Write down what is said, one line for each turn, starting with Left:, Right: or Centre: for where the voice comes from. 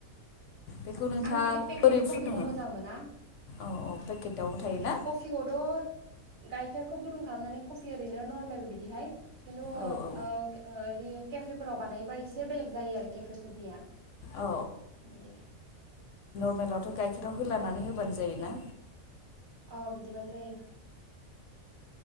Left: बेखौ नोंथाङा
Right: आङो बिदि पेकेटनि
Left: बोरै
Right: कफिखौ
Left: फुदुङो?
Right: मोजां मोना
Left: औ औ पेकेटावबो थायोना?
Right: कफिखौथ' गाइखेरखौ गुदुं खालामनानै कफि ओरैनो नरमेल बिदिहाय हेल'
Left: औ औ
Right: <unintelligible> केफे फोराव बानायोबा एसे बेलेग जायो आरो केफे फोरनिया
Left: औ
Right: बिदि।
Left: लावथ' गाइखेराव होलानानै होबानो जायोना।
Right: अह बिदिबानो जायो।